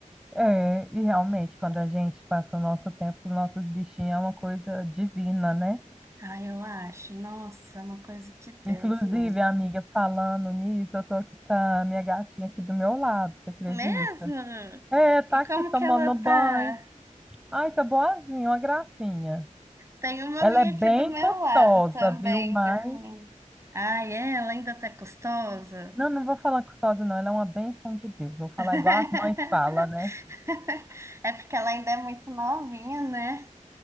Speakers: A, in the centre; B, on the right.
A: É, e realmente, quando a gente passa o nosso tempo com nossos bichinhos, é uma coisa divina, né?
B: Ah, eu acho. Nossa, é uma coisa de Deus
A: Inclusive,
B: mesmo.
A: amiga, falando nisso, eu tô aqui com a minha gatinha aqui do meu lado, você acredita?
B: Mesmo?
A: É, tá
B: E
A: aqui
B: como
A: tomando
B: que ela
A: banho.
B: tá?
A: Ai, tá boazinha, uma gracinha.
B: Tem uma
A: Ela
B: minha
A: é bem
B: aqui do meu
A: custosa,
B: lado também,
A: viu? Mas.
B: dormindo. Ai, é? ela ainda tá gostosa?
A: Não, não vou falar custosa, não. Ela é uma benção de Deus. Vou falar
B: <laughs>
A: igual as mães falam, né?
B: É porque ela ainda é muito novinha, né?